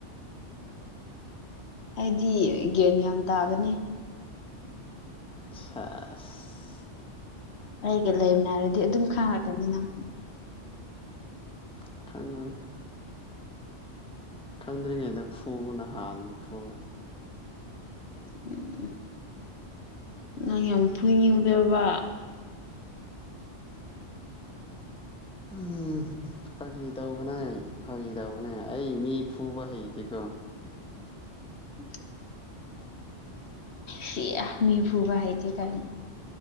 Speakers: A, on the left; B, in the centre.
A: ꯑꯩꯗꯤ ꯒꯦꯟ ꯌꯥꯝ ꯇꯥꯕꯅꯤ
B: ꯁꯥꯁ
A: ꯑꯩꯒ ꯂꯩꯃꯤꯅꯔꯗꯤ ꯑꯗꯨꯝ ꯈꯥꯡꯉꯛꯀꯅꯤ ꯅꯪ
B: <inaudible> ꯈꯪꯗ꯭ꯔꯤꯉꯩꯗ ꯐꯨꯕꯅ ꯍꯥꯟꯅ ꯐꯨꯔ
A: ꯎꯝ ꯅꯪ ꯌꯥꯝ ꯐꯨꯏꯅꯤꯡꯗꯕ
B: ꯎꯝ ꯐꯥꯒꯤ ꯇꯧꯕꯅꯦ ꯐꯥꯒꯤ ꯇꯧꯕꯅꯦ ꯑꯩ ꯃꯤ ꯐꯨꯕ ꯍꯩꯇꯦꯀꯣ
A: <inaudible> ꯁꯤ ꯃꯤ ꯐꯨꯕ ꯍꯩꯇꯦ ꯀꯥꯏꯅ